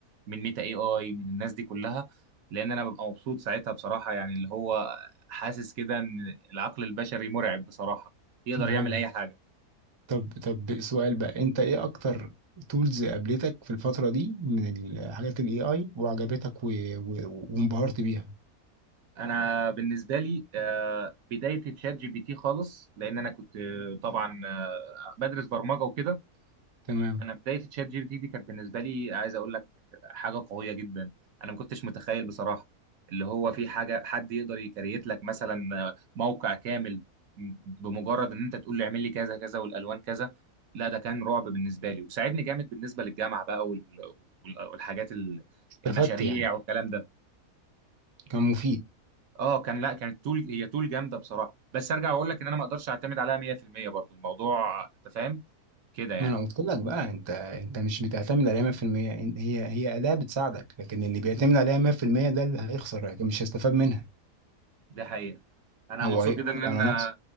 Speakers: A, on the right; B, on the right.
A: من ميتا اي اي من الناس دي كلها لان انا ببقى مبسوط ساعتها بصراحة يعني اللي هو حاسس كده ان العقل البشري مرعب بصراحة يقدر يعمل
B: ايوه
A: اي حاجة
B: طب طب سؤال بقى انت ايه اكتر تولز قابلتك في الفتره دي من الحاجات الاي اي وعجبتك و... و... وانبهرت بيها
A: انا بالنسبه لي آه، بدايه تشات جي بي تي خالص لان انا كنت آه، طبعا آه، بدرس برمجه وكده
B: تمام
A: انا بدايه تشات جي بي تي دي كانت بالنسبه لي عايز اقول لك حاجه قويه جدا انا ما كنتش متخيل بصراحه اللي هو في حاجه حد يقدر يكريت لك مثلا آه، موقع كامل بمجرد ان انت تقول له اعمل لي كذا كذا والالوان كذا لا ده كان رعب بالنسبه لي وساعدني جامد بالنسبه للجامعه بقى وال- وال- والحاجات ال- المشاريع
B: استفدت يعني
A: والكلام ده
B: كان مفيد
A: اه كان لا كانت تول هي تول جامده بصراحه بس ارجع واقول لك ان انا ما اقدرش اعتمد عليها 100% برضو الموضوع انت فاهم كده يعني
B: ما انا قلت لك بقى انت انت مش بتعتمد عليها 100% إن- هي هي اداه بتساعدك لكن اللي بيعتمد عليها 100% ده اللي هيخسر لكن مش هيستفاد منها
A: ده حقيقه انا
B: هو
A: مبسوط
B: هيبعد
A: جدا ان انا
B: على نفسه